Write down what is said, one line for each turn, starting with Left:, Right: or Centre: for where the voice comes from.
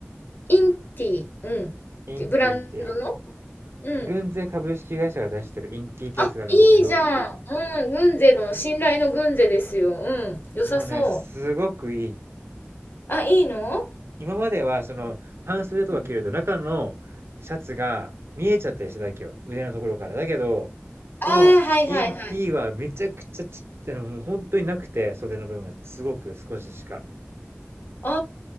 Left: インティ、うん。
Right: インティって、
Left: ブランドの、うん。
Right: 軍勢株式会社が出してるインティってやつがあるんだけど、
Left: あ、いいじゃん。うん、軍勢の、信頼の軍勢ですよ。うん、良さそう。
Right: もうね、すごくいい。
Left: あ、いいの
Right: 今まではその半袖とか着ると中のシャツが見えちゃったりしただけよ。
Left: うん。
Right: 腕のところから。だけど、このインティーはめちゃくちゃちっちゃいの、
Left: ああ、はいはいはい。
Right: もう本当になくて、袖の部分がすごく少ししか。
Left: あ